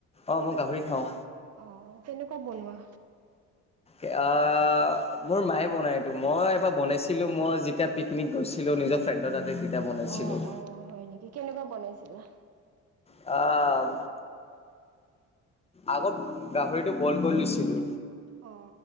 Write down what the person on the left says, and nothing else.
অঁ মই গাহৰি খাওঁ
এ আহ মোৰ মায়ে বনাইটো মই এবাৰ বনাইছিলো মই যেতিয়া পিকনিক গৈছিলো নিজৰ ফ্ৰেণ্ডৰ তাতে যি বনাইছিলো
অ আগত গাহৰিটো বইল কৰি দিছিলো